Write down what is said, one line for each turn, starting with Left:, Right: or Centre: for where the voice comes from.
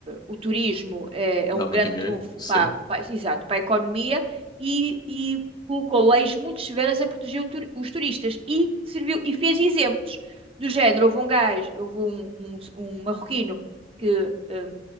Right: o turismo é, é
Left: Dá
Right: um
Left: muito
Right: grande
Left: dinheiro?
Right: trunfo
Left: Sim,
Right: para, para- exato, para a economia e, e colocou leis muito severas a proteger o tur- os turistas e serviu e fez exemplos. Do género, houve um gajo, houve um, um um marroquino que eh,